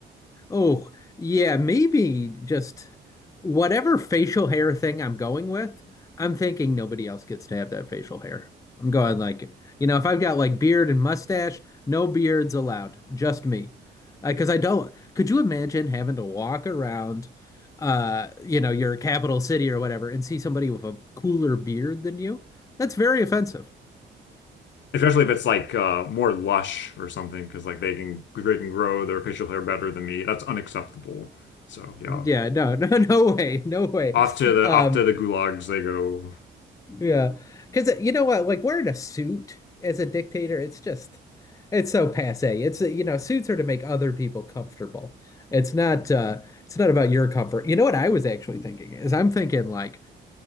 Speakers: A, on the left; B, on the left.
A: Oh, yeah, maybe just whatever facial hair thing I'm going with, I'm thinking nobody else gets to have that facial hair. I'm going like, you know, if I've got like beard and mustache, no beards allowed, just me. Because I don't, could you imagine having to walk around, uh, you know, your capital city or whatever and see somebody with a cooler beard than you? That's very offensive.
B: especially if it's like uh, more lush or something, because like they can they can grow their facial hair better than me. That's unacceptable. So yeah,
A: Yeah, no, <laughs> no, no way, no way.
B: off to the
A: Um,
B: off to the gulags they go.
A: Yeah, because you know what? Like wearing a suit as a dictator, it's just, it's so passé. It's you know, suits are to make other people comfortable. It's not, uh, it's not about your comfort. You know what I was actually thinking is I'm thinking like,